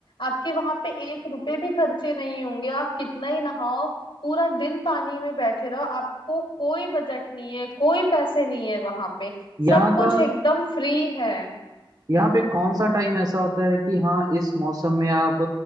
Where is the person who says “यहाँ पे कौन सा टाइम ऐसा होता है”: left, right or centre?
Right